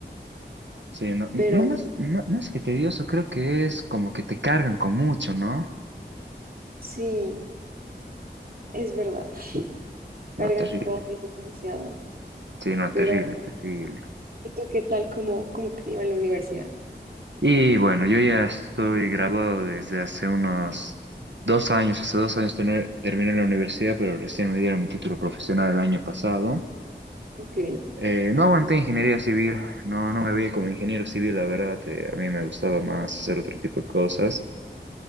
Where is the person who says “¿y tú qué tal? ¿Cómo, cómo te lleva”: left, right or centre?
Right